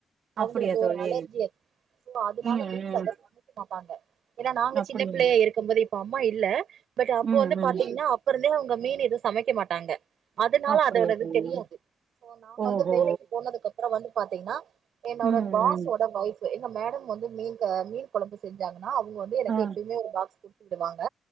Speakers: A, on the right; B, on the right.
A: அவங்களுக்கு
B: அப்படியா தோழி
A: ஒரு அலர்ஜி சோ அதனால
B: ம்
A: வீட்டல
B: ம்
A: அத சமைக்க மாட்டாங்க ஏன்னா நாங்க
B: அப்படியா
A: சின்ன பிள்ளையா இருக்கும் போது இப்ப அம்மா இல்ல பட் அப்ப
B: ம்
A: வந்து
B: ம்
A: பாத்தீங்கன்னா அப்ப இருந்தே அவங்க மீன் எத சமைக்க மாட்டாங்க அதனால
B: அப்படியா
A: அதோடது
B: தோழி
A: தெரியாது சோ நாங்க
B: ஓஹோ
A: வந்து வேலைக்கு போனதுக்கு அப்புறம் வந்து பாத்தீங்கன்னா என்னோட
B: ம்
A: பாஸோட
B: ம்
A: ஒயஃப் எங்க மேடம் வந்து மீன் மீன் குழம்பு செஞ்சாங்கன்னா அவங்க வந்து எனக்கு
B: ஆ
A: எப்புமே ஒரு பாக்ஸ் கொ விடுவாங்க